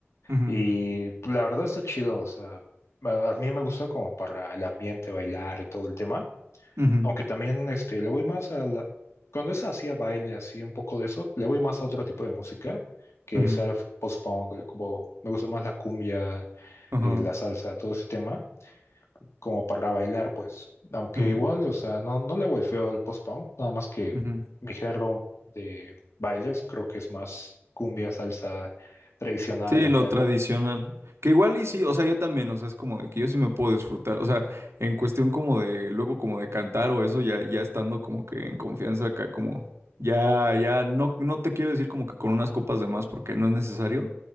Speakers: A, on the right; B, on the left.
A: ujú,
B: Y pues, la verdad está chido, o sea, a, a mí me gusta como para el ambiente, bailar y todo el tema,
A: ujú,
B: aunque también este, le voy más a la... Cuando es así a baile, así un poco de eso, le voy más a otro tipo de música, que
A: ujú,
B: sea
A: ujú,
B: el post-punk, como me gusta más la cumbia,
A: ajá,
B: eh, la salsa, todo ese tema, como para bailar, pues, aunque
A: ujú,
B: igual, o sea, no, no le hago el feo al post-punk, nada más que
A: ujú.
B: mi género de bailes creo que es más cumbia, salsa tradicional
A: Sí,
B: acá.
A: lo tradicional. Que igual y sí, o sea, yo también, o sea, es como de que yo sí me puedo disfrutar, o sea, en cuestión como de, luego como de cantar o eso, ya, ya estando como que en confianza acá, como, ya, ya, no, no te quiero decir como que con unas copas de más porque no es necesario,